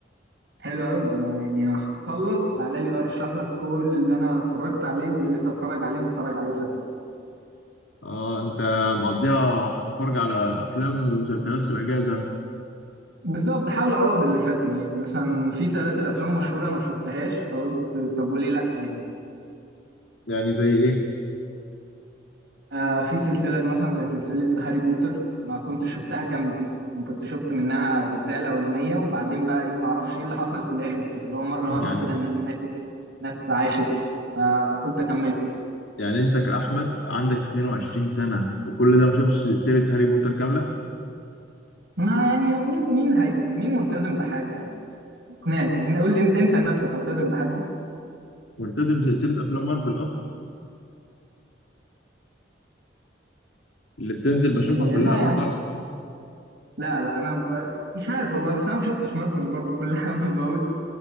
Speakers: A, on the right (about 60°); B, on the left (about 70°).
A: حلو قوي ده يعني هخلص تعالى لي بقى ارشح لك كل اللي انا اتفرجت عليه واللي لسه اتفرج عليه نتفرج عليه سوا
B: اه انت مقضيها فرجة على افلام ومسلسلات في الاجازه انت
A: بالظبط حاول اعوض اللي فاتني يعني مثلا في سلاسل افلام مشهوره انا ما شفتهاش فقلت طب وليه لا يعني
B: يعني زي ايه
A: آه في سلسله زي- مثلا زي سلسله هاري بوتر ما كنتش شفتها كامله يعني كنت شفت منها الاجزاء الاولانيه وبعدين بقى ايه ما اعرفش ايه اللي حصل في الاخر كده اللي هو مره واحده
B: يعني
A: كده الناس ماتت ناس عاشت فقلت اكمل
B: يعني انت كاحمد عندك 22 سنه وكل ده ما شفتش سلسله هاري بوتر كامله
A: ما يعني مين مين هي مين ملتزم بحاجه يا عم اثنان ان اقول لي انت انت نفسك ملتزم بحاجه
B: ملتزم بسلسله افلام مارفل اه اللي بتنزل
A: يعني
B: بشوفها كلها
A: لا
B: اول
A: يا عم
B: باول
A: لا لا انا ب... مش عارف والله بس انا ما شفتش مارفل برضو كلها <laughs> اول باول